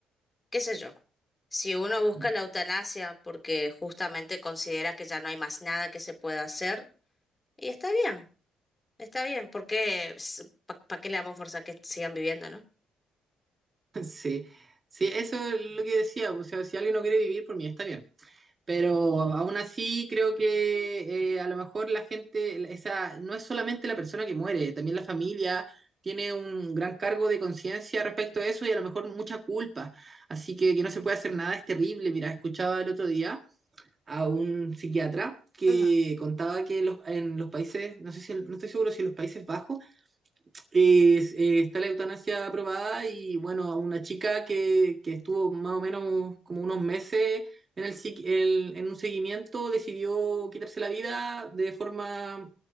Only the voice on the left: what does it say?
qué sé yo, si uno busca
la eutanasia porque justamente considera que ya no hay más nada que se pueda hacer, y está bien, está bien, porque ¿para qué le damos fuerza a que sigan viviendo, no?
Ujú,